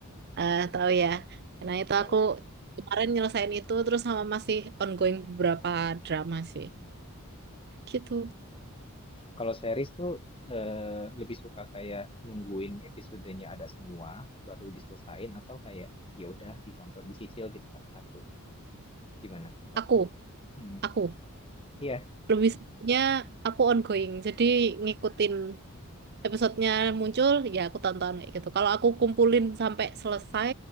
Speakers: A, on the right; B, on the left.
A: eh
B: iya,
A: tahu ya. Nah, itu
B: tahu
A: aku
B: tahu.
A: kemarin nyelesain itu terus sama masih ongoing beberapa drama sih. Gitu.
B: Kalau series tuh eh, lebih suka kayak nungguin episodenya ada semua baru diselesain atau kayak ya udah ditonton dicicil gitu satu-satu. Gimana?
A: Aku,
B: Hmm.
A: aku
B: Iya.
A: lebih sukanya aku ongoing. Jadi ngikutin episodenya muncul ya aku tonton kayak gitu. Kalau aku kumpulin sampai selesai